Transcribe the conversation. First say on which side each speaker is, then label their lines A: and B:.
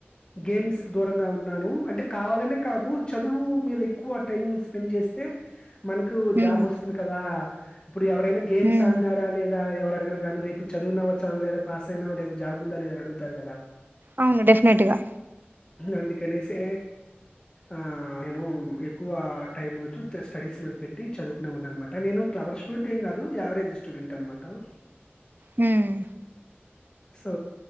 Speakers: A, on the left; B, on the right.
A: గేమ్స్ దూరంగా ఉన్నాను అంటే కావాలనే కాదు చదువు మీద ఎక్కువ టైం స్పెండ్ చేస్తే మన్కు
B: ఉమ్,
A: జాబ్ ఓస్తుంది కదా ఇప్పుడు ఎవరైనా గేమ్స్
B: ఉమ్.
A: ఆన్నారా లేదా ఎవ అడగరుగా రేపు చదివిన్నావా చద్వ లేదా పాస్ అయినావా లేదా జాబ్ ఉందా లేదా అని అడుగుతార్ కదా
B: అవును డెఫ్నెట్గా
A: అందుకనేసే ఆ నేను ఎక్కువ టైం చ్చు జస్ట్ స్టడీస్ మీద పెట్టి చదువుకునే వాడ్ని. అన్మాట నేను క్లేవర్ స్టూడెంట్ ఏం కాదు యావ్రేజ్ స్టూడెంట్ అన్మాట. ఉ
B: హ్మ్
A: సో